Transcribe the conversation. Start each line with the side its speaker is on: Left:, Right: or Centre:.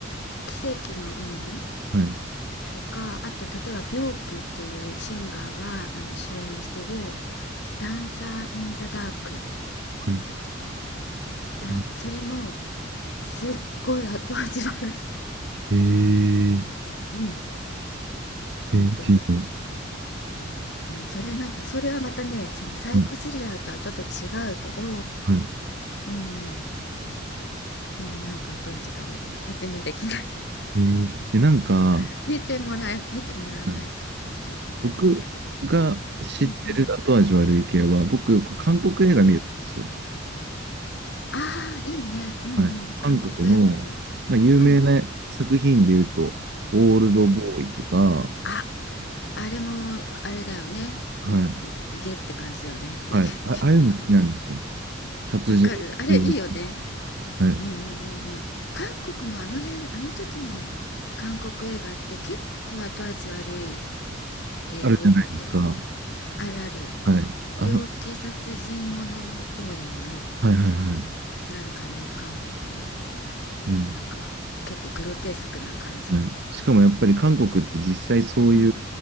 Left: 「奇跡の海」
Right: はい。
Left: とかあと例えばビョークっていうシンガーがあの主演してる「ダンサー・イン・ザ・ダーク」
Right: はい。
Left: ダンスそれも
Right: あ
Left: すっごい後味悪い
Right: えー、
Left: <laughs> うん本当に、
Right: えー、見てみよ
Left: うん、それなんかそれはまたねそのサイコスリラーとはちょっと違うけど
Right: う。はい。はい。
Left: もうねもうなんか後味が悪い説明できない
Right: えー、え、なんか、
Left: <laughs> 見てもらえ見てもらわないとちょっとって感じだけど、
Right: はい僕が知ってる後味悪い系は、
Left: うん、うんうん
Right: 僕よく韓国映画見るんですよ。
Left: うん。ああ、いいね。うんうん。
Right: はい。韓国の、
Left: 韓国映画も。
Right: まあ、有名な作品で言うと、
Left: うん
Right: オールドボーイとか、
Left: うん。あ、あれも、あれだよね。
Right: はい。
Left: う、う、うげって感じだよね。<laughs> うげっていうのかな。
Right: はい。あ、ああいうの好きなんですよ。殺人の追憶とか。
Left: わかる。あれいいよね。
Right: はい。
Left: うんうんうんうん。韓国のあの辺、あの時の韓国映画って結構後味悪い映画多かったよね。
Right: あるじゃないですか。
Left: あるある。
Right: はい。あの、
Left: 猟奇殺人ものも多いもんね。
Right: はいはいはい。
Left: なんかね、韓国のやつで。
Right: うん。
Left: なんか結構グロテスクな感じ。
Right: はい。しかもやっぱり韓国って実際そういう
Left: うん